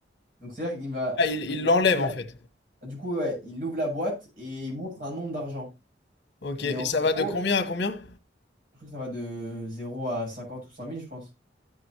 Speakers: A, on the right; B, on the left.
A: Donc, c'est-à-dire qu'il va.
B: Ah, il
A: Donc,
B: il l'enlève,
A: là.
B: en fait.
A: Du coup, ouais, il ouvre la boîte et il montre un nombre d'argent.
B: Ok,
A: Et
B: et
A: en
B: ça
A: gros,
B: va de combien à combien?
A: je crois que ça va de zéro à 50 ou cent mille je pense.